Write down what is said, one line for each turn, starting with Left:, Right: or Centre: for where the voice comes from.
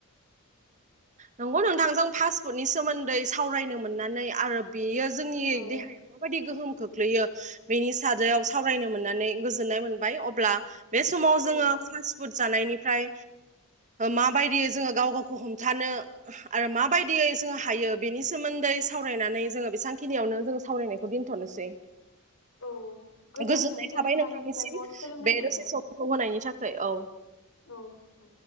Right: नंगौ नोंथांजों पासपुतनि सोमोन्दै सावरायनो मोननानै आरो बेयो जोंनि
Left: औ
Right: देहायाव माबायदि गोहोम खोख खोख्लैयो बेनि सादायाव सावरायनो मोननानै गोजोननाय मोनबाय अब्ला बे समाव जोङो
Left: औ
Right: फास्ट फुड जानायनिफ्राय माबायदि जोङो बे गाव गावखौ हमथानो आरो माबायदियै जोङो हायो बेनि सोमोन्दै सावरायनानै जोङो बिसां खिनियावनो जोङो सावरायनायखौ दोनथ'नोसै
Left: औ गोजोनथोंसै
Right: गोजोननाय थाबाय
Left: नोंथांनिफ्राय
Right: नोंथांनिसिम
Left: बहुद सोलोंनाय
Right: बे
Left: मोनबाय
Right: दसे समखौ होनायनि थाखाय। है औ
Left: औ ओ